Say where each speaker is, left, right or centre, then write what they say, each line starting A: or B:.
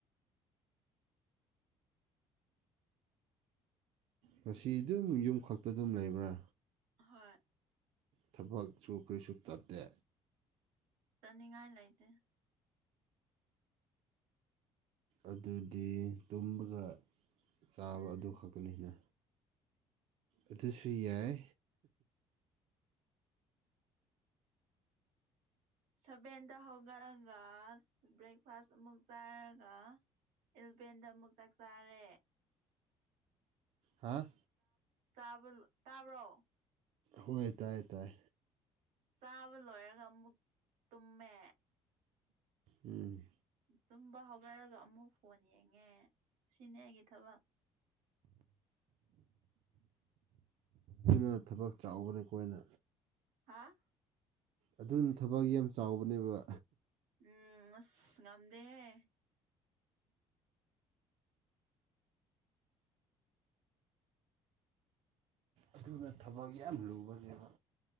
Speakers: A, on the right; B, on the right.
A: ꯉꯁꯤ ꯑꯗꯨꯝ ꯌꯨꯝ ꯈꯛꯇ ꯑꯗꯨꯝ ꯂꯩꯕ꯭ꯔꯥ
B: ꯑꯍꯣꯏ
A: ꯊꯕꯛꯁꯨ ꯀꯔꯤꯁꯨ ꯆꯠꯇꯦ
B: ꯆꯠꯅꯤꯡꯉꯥꯏ ꯂꯩꯇꯦ
A: ꯑꯗꯨꯗꯤ ꯇꯨꯝꯕꯒ ꯆꯥꯕꯒ
B: ꯎꯝ
A: ꯑꯗꯨ ꯈꯛꯇꯅꯤꯅꯦ ꯑꯗꯨꯁꯨ ꯌꯥꯏ
B: ꯁꯚꯦꯟꯗ ꯍꯧꯒꯠꯂꯒ ꯕ꯭ꯔꯦꯛꯐꯥꯁ ꯑꯃꯨꯛ ꯆꯥꯔꯒ ꯑꯦꯜꯂꯚꯦꯟꯗ ꯑꯃꯨꯛ ꯆꯥꯛ ꯆꯥꯔꯦ
A: ꯍꯥꯥ
B: <inaudible> ꯇꯥꯕ꯭ꯔꯣ
A: ꯍꯣꯏ ꯇꯥꯏ ꯇꯥꯏ
B: ꯆꯥꯕ ꯂꯣꯏꯔꯒ ꯑꯃꯨꯛ ꯇꯨꯝꯃꯦ
A: ꯎꯝ
B: ꯇꯨꯝꯕ ꯍꯧꯒꯠꯔꯒ ꯑꯃꯨꯛ ꯐꯣꯟ ꯌꯦꯡꯉꯦ ꯁꯤꯅꯦ ꯑꯩꯒꯤ ꯊꯕꯛ
A: ꯑꯗꯨꯅ ꯊꯕꯛ ꯆꯥꯎꯕꯅꯤ ꯑꯩꯈꯣꯏꯅ
B: ꯍꯥꯥ
A: ꯑꯗꯨꯅ ꯊꯕꯛ ꯌꯥꯝ ꯆꯥꯎꯕꯅꯦꯕ
B: ꯎꯝ ꯑꯁ ꯉꯝꯗꯦꯍꯦ
A: ꯑꯗꯨꯅ ꯊꯕꯛ ꯌꯥꯝ ꯂꯨꯕꯅꯦꯕ